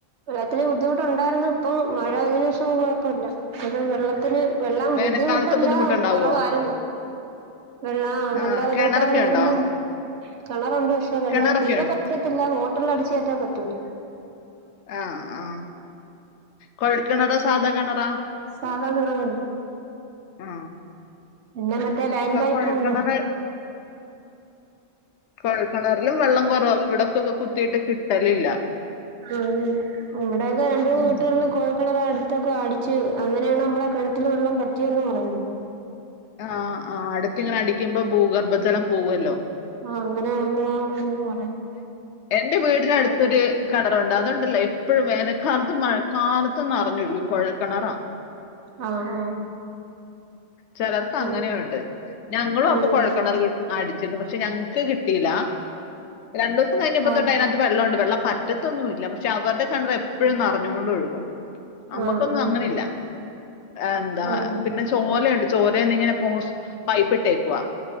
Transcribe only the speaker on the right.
വെള്ളത്തിന് ബുദ്ധിമുട്ടുണ്ടായിരുന്നു. ഇപ്പം മഴ ആയതിന് ശേഷം കുഴപ്പില്ല. അതായത് വെള്ളത്തിന് വെള്ളം
ബുദ്ധിമുട്ടല്ല,
കൊറവായിരുന്നു. വെള്ളം
നല്ല വേനൽക്കാലം
വരുമ്പം
കെണറുണ്ട് പക്ഷെ വെള്ളം
തീരെപ്പറ്റത്തില്ല,
എന്നാ ള്ളം അടിച്ചേറ്റാൻ പറ്റൂല.
സാധാ കിണർ
പിന്നെ മറ്റേ ലൈൻ
പൈപ്പൂണ്ട്.
മ്മ് നമ്മടേതായി <unintelligible>
ള അട്ത്തൊക്കെ അടിച്ച് അങ്ങനെയാണ് നമ്മളെ കെണറ്റില് വെള്ളം വറ്റിയന്ന് പറയ്ന്ന്.
അങ്ങനെ ആ ആ പറ
ആ ആ
ഉം
ഉം
ആ
ആ ആ
ഉം